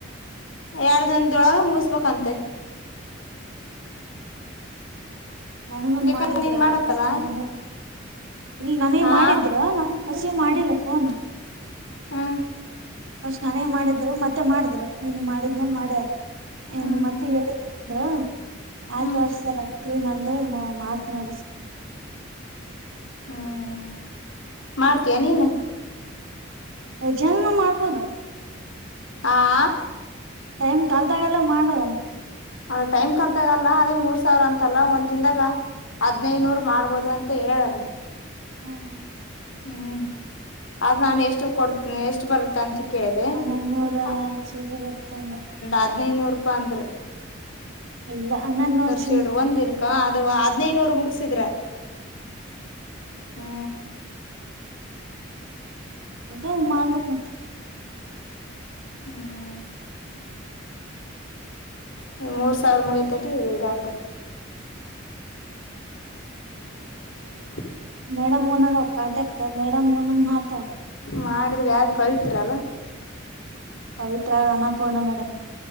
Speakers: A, on the left; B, on the right.
A: ಎರಡ್ ದಿನದೊಳಗ ಮುಗಿಸ್ಬೇಕಂತೆ
B: ನನ್ಂಗೊ್
A: ಯಾಕಂದ್ರೆ
B: ಮಾಡಿದ್ರ
A: ನೀನು
B: ಅ
A: ಮಾಡಕ್ಕಲ್ಲ
B: ಫಸ್ಟ್ ನನ ಇಲ್ಲ ನನಗೆ
A: ಹಾಂ
B: ಮಾಡಿದ್ರ ನನ್ ರಸೀವ್ ಮಾಡಿಲ್ಲ ಫೋನ
A: ಹ್ಞೂ
B: ಅಸ್್ ನನೇ ಮಾಡಿದ್ರು ಮತ್ತೆ ಮಾಡಿದ್ರು ನೀನ್ ಮಾಡಿದ್ನ ಮಾಡ ಏನು
A: ಹ್ಞೂ
B: ಮತ್ತೆ ಹೇಳಿದ್ದೇನೆ ಅಂದ್ರು ಆಯ್
A: ಹ್ಞೂ
B: ತೋರ್ಸ್ತಾರಲ್ ್ರೀ ನಂದು ಮಾತ್ ನೋಡಸ್
A: ಹ್ಮ್ ಮಾಡ್ತೀಯಾ ನೀನು
B: ಜಾನ ಮಾಡ್ಬೋದುೀ
A: ಹಾ
B: ಟೈಮ್ ಕಲ್ದಾಗೆಲ್ಲ ಮಾಡದ
A: ಅಲ್ಲ ಟೈಮ್ ಕಲ್ದಾಗಲ್ಲ ಅದೇ ಮೂರ್ ಸಾವಿರ ಅಂತಲ್ಲ ಒಂದ್ನ್ದಾಗ ಹದ್ನೈನೂರ್ ಮಾಡ್ಬೋದು ಅಂತ ಹೇಳಾರ
B: ಹ್ಮ್
A: ಹ್ಮ್ ಅದು ನಾನು ಎಷ್ಟು ಕೊಡ್ತೀನ ಎಷ್ಟು ಬರು ತಂತ ಕೇಳಿದೆ
B: ಹನ್ನೊಂದನೂರ
A: ಅ
B: ಚಿಲ್ರೆ ಬತ್ತಂದ್ರ
A: ಹದ್ಿನೈನೂರು ರೂಪಾಯಿ ಅಂದ್ರ
B: ಇಲ್ಲ ಅ್ಣನ್ನ ಹ್ಮ
A: ಚಿಲ್ಲರೆ ಒಂದು ದಿನಕ್ಕೆ ಅದು ಹದಿನೈದು ನೂರು ಮುಗಿಸಿದ್ರೆ ಹ್ಞೂ
B: ಒು ಮಾಡ್ಬೇಕಕ್ ಮತ್ತೆ
A: ಹ್ಮ್ ನೀ ಮೂರ್ ಸಾವಿರ ಮುಗ ತಟಿ ಇದು ಇದಾಕತ್ತೆ <inaudible>
B: ಮೇಡಮ್ ನಂಗ ಕಾಟಿ ಆಕ್ತ ಮೇಡಮ್ ನಂಗ್ ಮಾತ
A: ಮಾಡಿದ್ರೆ ಯಾರ ಪವಿತ್ರ ಅಲ್ಲ
B: ಪವಿತ್ರ ಅ್ಣ ಪರ್ಣ ಮೇಡ್